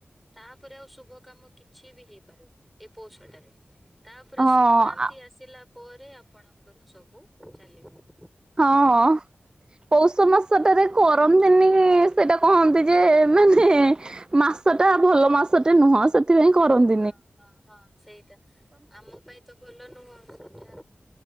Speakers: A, in the centre; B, on the right (about 20°).
A: ତାପରେ ଆଉ ଶୁଭ କାମ କିଛି ବି ହେଇପାରୁନି ଏ ପୌଷଟାରେ। ତାପରେ
B: ହଁ
A: ସଂକ୍ରାନ୍ତି ଆସିଲା ପରେ ଆପଣଙ୍କର ସବୁ ଚାଲିବ।
B: ହଁ ହଁ ପୌଷ ମାସଟାରେ କରନ୍ତିନି ସେଇଟା କହନ୍ତି ଯେ ମାନେ ମାସଟେ ଭଲ ମାସଟେ ନୁହଁ ସେ ସେଥିପାଇଁ କରନ୍ତି
A: ହଁ ହଁ ହଁ ସେଇଟା ଆମ ପାଇଁ ତ ଭଲ ନୁହଁ ସେଟା